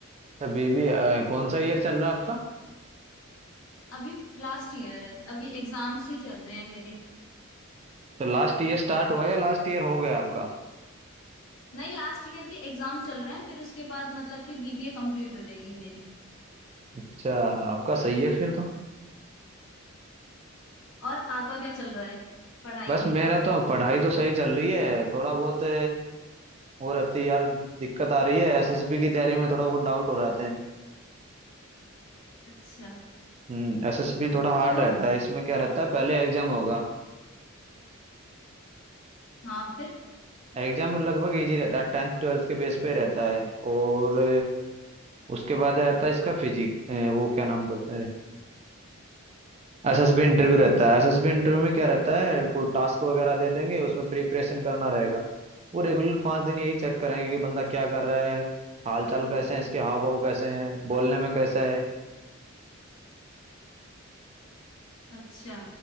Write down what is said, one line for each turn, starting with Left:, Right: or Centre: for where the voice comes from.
Right: अच्छा बीबी कौन सा ईयर चल रहा है आपका
Left: अभी लास्ट ईयर है अभी एग्जाम्स ही चल रहे हैं मेरे
Right: तो लास्ट ईयर स्टार्ट हुआ या लास्ट ईयर हो गया आपका
Left: नहीं लास्ट ईयर के एग्जाम चल रहे हैं फिर उसके बाद मतलब कि बीबीए कंप्लीट हो जाएगी मेरी
Right: अच्छा आपका सही है फिर तो
Left: और आपका क्या चल रहा है पढ़ाई
Right: बस
Left: में
Right: मेरा तो पढ़ाई तो सही चल रही है थोड़ा बहुत अ, वो रहती है यार दिक्कत आ रही है एसएसबी की तैयारी में थोड़ा बहुत डाउट हो रहते हैं
Left: अच्छा
Right: हम्म एसएसबी थोड़ा हार्ड
Left: तो वो
Right: रहता है इसमें क्या रहता है पहले एग्जाम होगा
Left: हाँ फिर
Right: एग्जाम लगभग इजी रहता है टेंथ ट्वेल्थ के बेस पे रहता है और उसके बाद रहता है इसका फिजिक वो क्या नाम बोलते हैं एसएसबी इंटरव्यू रहता है एसएसबी इंटरव्यू में क्या रहता है कोई टास्क वगैरह दे देंगे उसमें प्रिपरेशन करना रहेगा वो रेगुलर पाँच दिन यही चेक करेंगे कि बंदा क्या कर रहा है हाल चाल कैसे हैं इसके हाव भाव कैसे हैं बोलने में कैसा है
Left: अच्छा